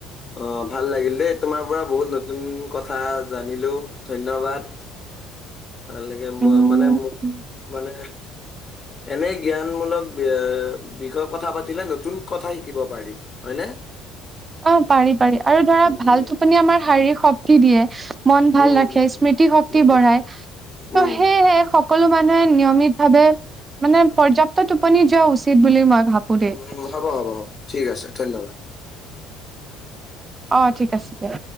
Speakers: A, on the left; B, on the right.
A: অৱ ভাল লাগিল দেই তোমাৰ পৰা বহুত নতুন কথা জানিলো ধন্যবাদ। ভাল লাগে, মই
B: উম
A: মানে মোক মানে এনে জ্ঞানমূলক এৱ, বিষয়ে কথা পাতিলে নতুন কথা শিকিব পাৰি, হয়নে
B: অ পাৰি পাৰি আৰু ধৰা
A: উম, উম,
B: ভাল টোপনি আমাৰ শাৰীক শক্তি দিয়ে। মন ভাল
A: উম,
B: ৰাখে স্মৃতি শক্তি
A: উম,
B: বঢ়ায়। ত'
A: উম,
B: সেয়েহে সকলো মানুহে নিয়মিত ভাৱে মানে পৰ্যাপ্ত টোপনি যোৱা উচিত বুলি মই ভাবো দেই
A: উম, উম, হ'ব হ'ব হ'ব ঠিক আছে ধন্যবাদ
B: অৱ ঠিক আছে দিয়া।